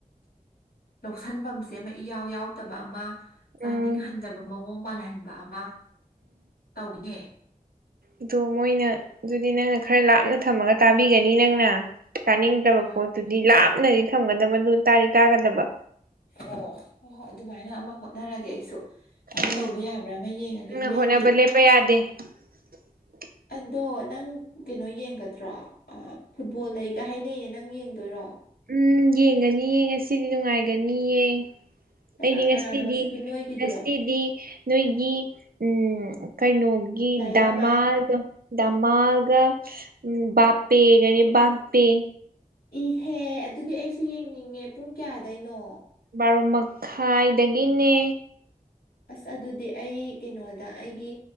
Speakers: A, on the left (about 85°); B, on the right (about 80°).
A: ꯂꯧꯁꯟꯐꯝꯁꯦ ꯑꯃ ꯏꯌꯥꯎ ꯌꯥꯎꯗꯕ ꯑꯃ ꯇꯥꯅꯤꯡꯍꯟꯗꯕ
B: ꯎꯝ
A: ꯃꯑꯣꯡ ꯃꯥꯜꯍꯟꯕ ꯑꯃ ꯇꯧꯋꯤꯅꯦ
B: ꯑꯗꯣ ꯃꯣꯏꯅ ꯑꯗꯨꯗꯤ ꯅꯪꯅ ꯈꯔ ꯂꯥꯞꯅ ꯊꯝꯃꯒ ꯇꯥꯕꯤꯒꯅꯤ ꯅꯪꯅ꯫ ꯇꯥꯅꯤꯡꯗꯕ
A: ꯍꯣꯏ
B: ꯄꯣꯠꯇꯨꯗꯤ ꯂꯥꯞꯅꯗꯤ ꯊꯝꯒꯗꯕꯗꯨ ꯇꯥꯗꯤ ꯇꯥꯒꯗꯕ꯫
A: ꯑꯣ ꯍꯣꯏ ꯍꯣꯏ ꯑꯗꯨꯃꯥꯏꯅ ꯑꯃ ꯍꯣꯠꯅꯔꯒꯦ ꯑꯩꯁꯨ ꯀꯃꯥꯏꯅ
B: ꯎꯝ
A: ꯇꯧꯕ ꯌꯥꯕ꯭ꯔꯥ ꯑꯃ ꯌꯦꯡꯉꯒꯦ
B: ꯅꯪꯅ
A: ꯍꯣꯔꯦꯟꯗꯤ
B: ꯍꯣꯠꯅꯕ ꯂꯦꯞꯄ ꯌꯥꯗꯦ <inaudible>
A: ꯑꯗꯣ ꯅꯪ ꯀꯩꯅꯣ ꯌꯦꯡꯒꯗ꯭ꯔꯣ ꯐꯨꯠꯕꯣꯜ ꯂꯩꯒ ꯍꯥꯏꯅꯩꯌꯦ ꯅꯪ ꯌꯦꯡꯗꯣꯏꯔꯣ꯫
B: ꯎꯝ ꯌꯦꯡꯒꯅꯤꯌꯦ ꯉꯁꯤꯗꯤ ꯅꯨꯡꯉꯥꯏꯒꯅꯤꯌꯦ
A: ꯀꯅꯥ
B: ꯑꯩꯗꯤ ꯉꯁꯤꯗꯤ
A: ꯀꯅꯥꯅꯣ ꯉꯁꯤꯕꯨ ꯅꯣꯏꯒꯤꯗꯨꯔꯣ
B: ꯉꯁꯤꯗꯤ ꯅꯣꯏꯒꯤ ꯎꯝ ꯀꯩꯅꯣꯒꯤ
A: ꯗꯥꯌꯥꯃꯥꯜ
B: ꯗꯃꯥꯔꯗꯣ ꯗꯃꯥꯜꯒ ꯎꯝ ꯕꯄꯦꯒꯅꯤ ꯕꯄꯦ
A: ꯏꯍꯦꯍ ꯑꯗꯨꯗꯤ ꯑꯩꯁꯨ ꯌꯦꯡꯅꯤꯡꯉꯦ ꯄꯨꯡ ꯀꯌꯥꯗꯩꯅꯣ
B: ꯕꯥꯔꯣ ꯃꯈꯥꯏꯗꯒꯤꯅꯦ
A: ꯑꯁ ꯑꯗꯨꯗꯤ ꯑꯩ ꯀꯩꯅꯣꯗ ꯑꯩꯒꯤ꯫